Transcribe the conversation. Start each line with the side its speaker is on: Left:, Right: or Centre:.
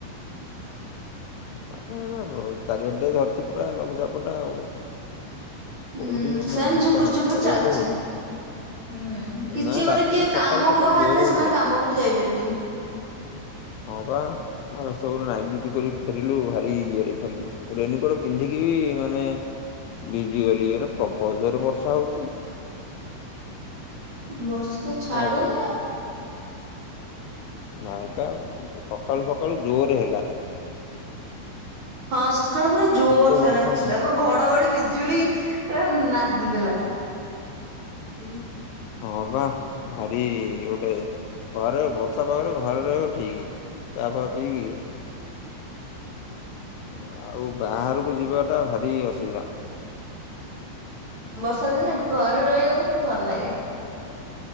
Left: ହୁଁ <unintelligible> ଚାରିଆଡେ ଧରିଛି ପୁରା ଲଘୁଚାପଟା ଆଉ। କୋଉଠି
Right: ହୁଁ
Left: ବି
Right: ସେମ୍
Left: ନା- ଫାଙ୍କା
Right: ଝୁପୁରୁ
Left: ନାହିଁ
Right: ଝୁପୁରୁ
Left: ଚାରିଆଡେ
Right: ଚାଲିଛି।
Left: ହଉଛି
Right: ହୁଁ କିଛି
Left: ନା ରାତି
Right: ଗୋଟେ କିଏ
Left: ସକାଳୁ
Right: କାମକୁ
Left: ସକାଳୁ
Right: ବାହାରିଲେ
Left: ଜୋରେ ହଉଥିଲା
Right: ସେମାନେ କାମକୁ ବି ଯାଇପାରିବେନି।
Left: ହଁ ବା ଆଉ ସବୁ ନାଗି <unintelligible> ଫେରିଲୁ ଭାରି ଇଏରେ ଫେରିଲୁ। ରେନିକୋଟ ପିନ୍ଧିକି ବି ମାନେ ଭିଜି ଗଲି ପୁରା। ପ୍ରବଳ ଜୋରରେ ବର୍ଷା ହଉଛି ଆଉ।
Right: ବର୍ଷା ତ ଛାଡ଼ୁନି
Left: କଣ କରିବି।
Right: ଆଉ।
Left: <unintelligible> ସକାଳୁ ସକାଳୁ ଜୋରରେ ହେଲା।
Right: ହଁ ସଖାଳୁ ପୁରା ଜୋରସେ
Left: ଏତେ ବର୍ଷା
Right: ନାଚିଲା
Left: ପ୍ରବଳ।
Right: ପୁରା ଘଡଘଡି ବି ଜୁଳି ପୁରା ନାଦି ଦେଲା। <unintelligible>
Left: ହଁ ବା ଭାରି ଗୋଟେ ଘରେ ବର୍ଷା ପାଗରେ ଘରେ ରହିବ ଠିକି। ଚାହା ପାହା ପିଇକି। ଆଉ ବାହାରୁକୁ ଯିବାଟା ଭାରି ଅସୁବିଧା।
Right: ବର୍ଷା ଦିନେ ଘରେ ରହିବାକୁ ଆମକୁ ଭଲ ଲାଗେ।